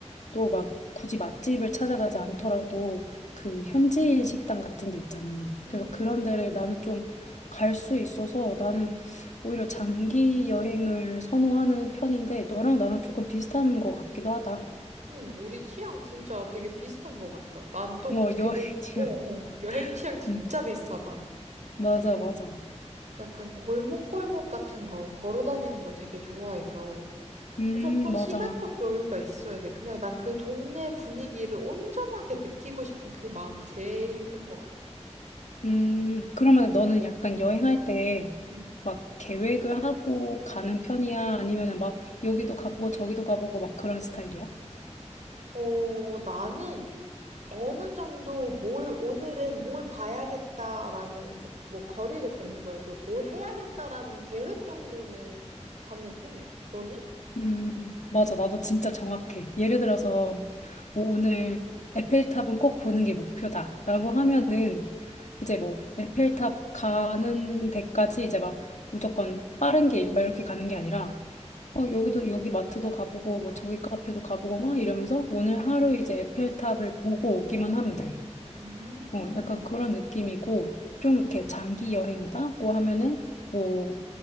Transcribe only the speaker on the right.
음.
응, 우리 취향 진짜 되게 비슷한 것 같다. 난또
그 되게,
좋-
어, 어,
여행 취향 진짜
비슷하다.
약간 골목골목 같은 거 걸어 다니는 거 되게 좋아해서
무조건
시간적 여유가 있어야 돼. 그냥 난 그 동네 분위기를 온전하게 느끼고 싶은 그 마음이 제일 큰 것 같아.
음,
어, 나는 어느 정도 뭘, 오늘은 뭘 봐야겠다라는, 뭐, 뭐 거리를 걷는 거여도 뭘 해야겠다라는 계획 정도는 잡는 편이야. 너는?
음,